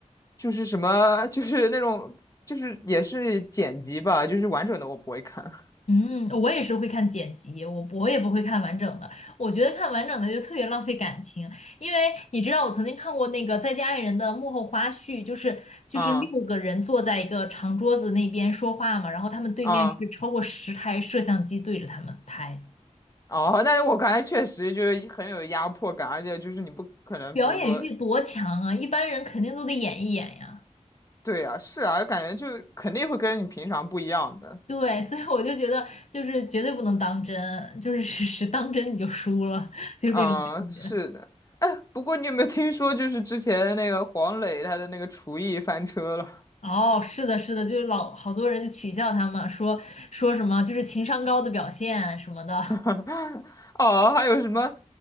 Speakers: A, on the left (about 25°); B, on the left (about 60°).
A: 就是什么，<laughs> 就是那种就是也是剪辑吧，就是完整的我不会看。<laughs>
B: 嗯，我也是会看剪辑，我不我也不会看完整的。我觉得看完整的就特别浪费感情，因为你知道我曾经看过那个《再见爱人》的幕后花絮，就是就是六个人坐在一个长桌子那边说话嘛，
A: 啊
B: 然后他们对面是超过十台摄像机对着他们拍，
A: 啊哦，但是我感觉确实就是很有压迫感，而且就是你不可能，
B: 表演欲多强啊！
A: 比如说
B: 一般人肯定都得演一演呀。
A: 对呀，是啊，感觉就肯定会跟你平常不一样的。
B: 对，所以我就觉得就是绝对不能当真，就是是是当真你就输了，就是那种感觉。
A: 嗯，是的。哎，不过你有没有听说，就是之前那个黄磊他的那个厨艺翻车了？
B: 哦，是的，是的，就是老好多人就取笑他们，说说什么就是情商高的表现什么的，
A: <laughs> 哦，还有什么